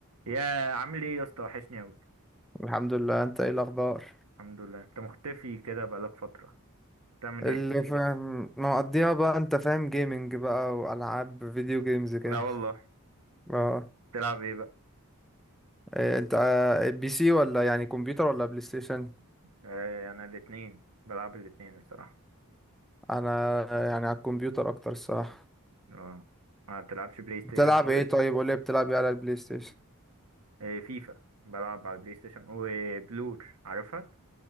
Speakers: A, on the right (about 80°); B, in the centre.
A: يا عامل ايه يا اسطى وحشني اوي
B: الحمد لله انت ايه الاخبار
A: الحمد لله انت مختفي كده بقالك فترة بتعمل
B: اللي
A: ايه
B: فاهم مقضيها بقى انت فاهم جيمنج بقى والعاب فيديو جيمز كده
A: لا والله
B: اه
A: تلعب ايه بقى
B: إيه انت آه، بي سي ولا يعني كمبيوتر ولا بلاي ستيشن
A: آه انا الاتنين بلعب الاتنين الصراحة
B: انا آه، يعني على الكمبيوتر اكتر الصراحه
A: اه ما بتلعبش بلاي ستيشن
B: بتلعب
A: خالص
B: ايه طيب قول لي بتلعب ايه على البلاي ستيشن
A: آه فيفا بلعب على البلاي ستيشن وبلور عارفها